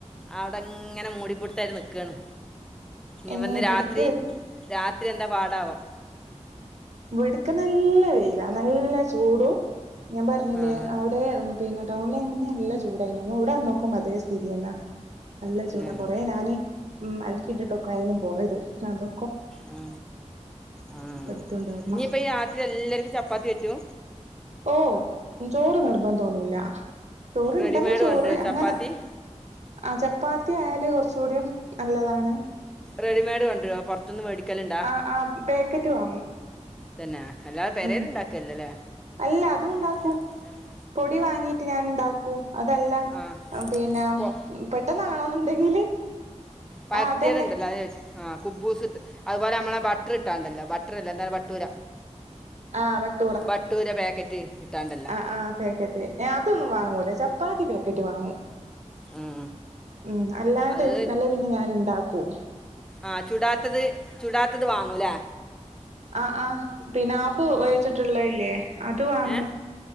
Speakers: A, in the centre; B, on the right.
A: അവിടെങ്ങനെ മൂടിപൊടുത്തയിട്ട് നിക്കാണ് നീ
B: ഏഹ്
A: ഇന്ന്
B: ഇവിടക്ക്
A: രാത്രി. രാത്രി എന്താ പാടാവോ.
B: ഇവിട്ക്ക നല്ല വെയില നല്ല ചൂടും ഞാൻ പറഞ്ഞില്ലേ
A: ആ
B: അവിടെ. പിന്നെ ടൗണില് ആയി നന്ന് നല്ല ചൂടായി നു അങ്ങനെ ഇവിടെ വന്നോക്കു മ്പം അതേ സ്ഥിതിയ ന്നെ നല്ല
A: പിന്നെ
B: ചൂടാ കൊറെ ഞാന് ഉം അലക്കിയിട്ടിട്ടൊക്കെ അയിന് പോയത് അതൊ
A: ആ ആ
B: എടുത്തോണ്ട് വരണം
A: ഇനിയിപ്പ ഈ രാത്രി എല്ലർക്കും ചപ്പാത്തി പറ്റൂ
B: ഓ ചോറ് നിർബന്ധൊന്നുല്ല ചോറുണ്ടെങ്കി
A: റെഡിമെയ്ഡ്
B: ചോറ്
A: കൊണ്ടുവരുമോ
B: അങ്ങനെ
A: ചപ്പാത്തി
B: ആ ചപ്പാത്തി ആയല് കൊറ്ച്ചൂ ടീ നല്ലതാണ്.
A: റെഡിമേഡ് കൊണ്ടരോ പൊറ് ത്ത്ന്ന് മേടിക്കലുണ്ടേ
B: ആഹ് ആഹ് പാക്കറ്റ് വാങ്ങും
A: തന്നെ അല്ലാതെ പെരേല്
B: ഉം
A: ഇണ്ടാക്കലില്ല ല്ലേ
B: അല്ല അതും ഉണ്ടാക്കൂ
A: അല്ല അതും ണ്ടാ
B: പൊടി വാങ്ങീട്ട് ഞാൻ ഉണ്ടാക്കൂ അതല്ല
A: ആ
B: പിന്നെ
A: ഇപ്പോൾ
B: പെട്ടെന്നാണോന്നുണ്ടെങ്കില്
A: പരത്തിയത്
B: ആ അതന്നെ
A: ണ്ടല്ലോ അതെ ഞാ ചോയ്ച്ച്‌ ആ കുബൂസ് ണ്ട് അതുപോലെ നമ്മ ളെ ബട്ടർ ഇട്ടാണ്ടല്ലോ ബട്ടറ് ല്ല എന്താണ് ബട്ടൂര
B: ആഹ് ബ
A: ബട്ടൂര പാക്കറ്റ് കിട്ടാണ്ടല്ലോ
B: ആഹ് പാക്കറ്റ് ഏ അതൊന്നും വാങ്ങൂല ചപ്പാത്തി പാക്കറ്റ് വാങ്ങും
A: ഉം
B: ഉം അല്ലാണ്ട്
A: അത്
B: അല്ലേ പിന്നെ ഞാന് ണ്ടാക്കും
A: ആഹ് ചുടാത്തത് ചുടാത്തത് വാങ്ങുല്ലേ
B: ആഹ് ആഹ് പിന്നെ ഹാഫ് വേവിച്ച്ട്ട്ള്ള
A: ആ
B: ഇല്ലേ അത് വാങ്ങും
A: ഏ